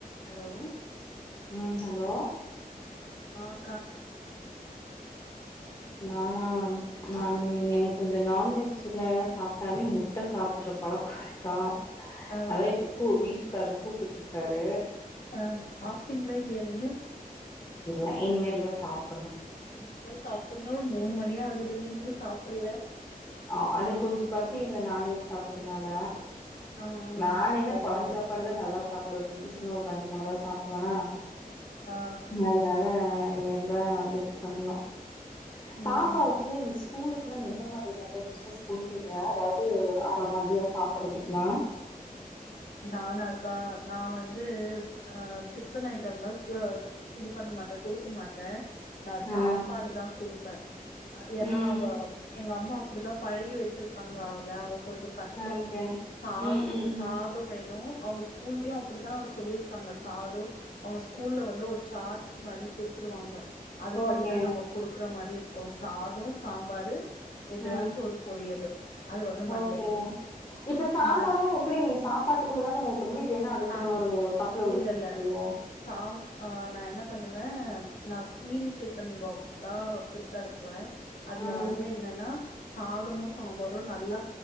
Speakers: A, on the left (about 70°); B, on the left (about 25°).
A: Hello
B: ம் hello
A: ஆஹ்
B: நானா நானு எனக் கொஞ்சோ நான்வெஜுல சாப்பிட்டாவே முட்ட சாப்பிடுற பழக்கோ இருக்கா
A: ஆ
B: அதா இப்பப்பு வீட்டுக்கார்ரு கூப்பிட்ருக்காரு
A: அஹ் சாப்பிட்டீங்களா இல்லையா நீங்க
B: இல்ல இனிமேல் தா சாப்
A: <unintelligible> சாப்புட்னு மூணு மணி ஆகுதுங்க இன்னு சாப் புல்ல
B: ஆஹ் அது கொஞ்சோ பசி இல்ல நான்வெஜ் சாப்பிட்டதுனால
A: ஆ ஆ
B: நானு என்ன
A: சரி
B: கொழம்பு
A: சரி
B: சாப்பாடுதா நல்லா சாப் <unintelligible> ஒரு ரெண்டு மூணு வாய் சாப்பட்டுவானா
A: ஆ
B: ம் அதனால இனிமேல்தா வந்து இது பண்ணணு
A: ம்
B: பாப்பாவுக்கு நீ ஸ்கூலு லாம் எந்த மா ஏதாது ஜுஸஸ் குடுத்துடற அதாவது அவ மதியம் சாப்படுறத்துக்கலா
A: நானாக்கா நான் வந்து ஆ டிஃபன் ஐட்டம்லாம் ச இது பண்ண மாட்டே குடுக்க மாட்டே நா சாப்பாடு
B: ஆ
A: தா குடுப் ப்பர் ஏன்னா
B: ம்.
A: அவ எங்க அப் ம்மா அப்டிதா பழகி வெச்சிருக்காங்க அவள அவ கொஞ்சோ கஷ்டோ
B: ஓகே.
A: <unintelligible>
B: ம், ம், ம்.
A: தெனோ அவங்க ஸ்கூல்லயு அப்டிதா சொல்லிருக்காங்க சாதோ அவங்க ஸ்கூல்ல வந்து ஒரு சார்ட் மாரி குடுத்துருவாங்க அதுபடிதா
B: ஓகே.
A: நம்ம குடுக்குற மாரி இருக்கு சாதோ சாம்பாரு எதாச்சு
B: ம்.
A: ஒரு பொரியலு அது வந்து மண்டே
B: ஓகே. இப்ப சாம்பார்லாம்
A: <unintelligible>
B: எப்படி நீ சாப்பாட்டுக்குள்ள தானே உத்த முடியு இதென்னா அதுக்கு
A: ஆம்
B: இன்னொரு கப்புல ஊத்திக்
A: இல்ல இல்ல
B: குடுத்துருவையா.
A: சாம் நா என்ன ஆ நா ஸ்டீல் டிஃபன் பாக்ஸ் தா குடுத்தனுப்புவே அதுல
B: ம்.
A: வந்து என்னன்னா. சாதமு சாம்பாரு நல்லா